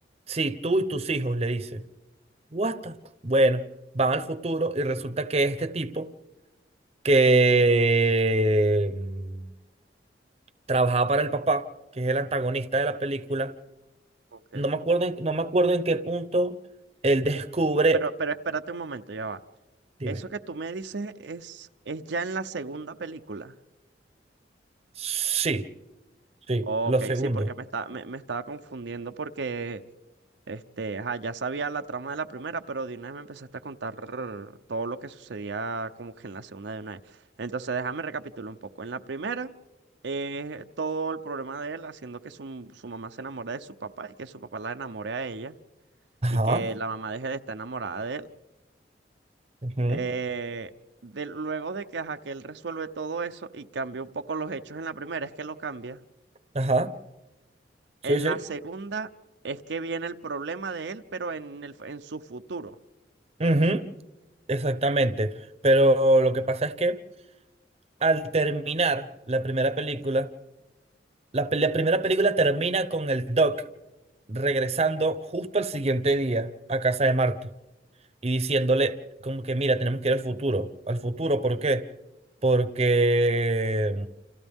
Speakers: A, on the right (about 35°); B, on the right (about 80°).
A: sí, tú y tus hijos, le dice. What the- Bueno, van al futuro y resulta que este tipo que mm, trabajaba para el papá, que es el antagonista de la película,
B: ok.
A: no me acuerdo en- no me acuerdo en qué punto él descubre
B: Pero, pero espérate un momento, ya va.
A: Dime.
B: Eso que tú me dices es, es ya en la segunda película.
A: Sí, sí,
B: Ok,
A: lo segundo.
B: sí, porque me, está, me, me estaba confundiendo porque este, ajá, ya sabía la trama de la primera, pero de una vez me empezaste a contar todo lo que sucedía como que en la segunda de una vez. Entonces, déjame recapitular un poco. En la primera, eh, todo el problema de él haciendo que su, su mamá se enamore de su papá y que su papá la enamore a ella
A: Ajá,
B: y que la mamá deje de estar enamorada de él
A: Ujú,
B: Eh, de- luego de que, ajá, que él resuelve todo eso y cambia un poco los hechos en la primera, es que lo cambia.
A: Ajá, sí,
B: En
A: sí.
B: la segunda es que viene el problema de él, pero en el, en su futuro.
A: Ujú, Exactamente. Pero lo que pasa es que al terminar la primera película, la, pe- la primera película termina con el Doc regresando justo al siguiente día a casa de Marte y diciéndole como que, mira, tenemos que ir al futuro. ¿Al futuro por qué? Porque...